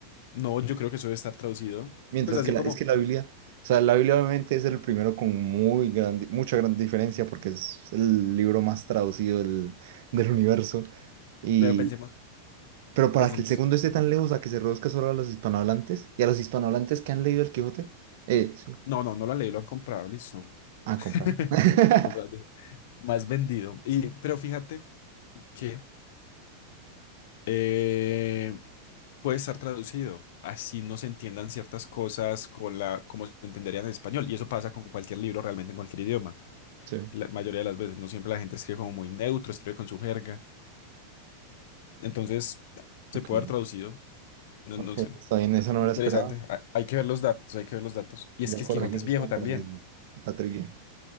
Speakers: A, on the left (about 55°); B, on the right (about 50°).
A: No, yo creo que eso debe estar traducido.
B: Mientras
A: Pues así
B: que la,
A: como.
B: es que la Biblia, o sea, la Biblia obviamente es el primero con muy grande, mucha gran diferencia porque es el libro más traducido del, del universo. Y,
A: Pero pensemos,
B: pero para
A: pensemos.
B: que el segundo esté tan
A: ok.
B: lejos a que se reduzca solo a los hispanohablantes y a los hispanohablantes que han leído el Quijote, eh, sí,
A: No, no, no lo han leído, lo han comprado, listo.
B: ah,
A: <laughs>
B: comprado. <laughs>
A: Comprado. Más vendido. Y, pero fíjate que eh, puede estar traducido. Así no se entiendan ciertas cosas con la, como se entenderían en español. Y eso pasa con cualquier libro, realmente en cualquier idioma.
B: Sí,
A: La mayoría de las veces, no siempre la gente escribe como muy neutro, escribe con su jerga. Entonces, se
B: ok.
A: puede haber traducido. No,
B: Ok,
A: no sé.
B: está bien, esa no
A: Interesante.
B: me la esperaba.
A: Ha- Hay que ver los datos, hay que ver los datos. Y
B: Ya
A: es que
B: corregimos
A: el Quijote es viejo
B: una
A: también.
B: para el- la trivia.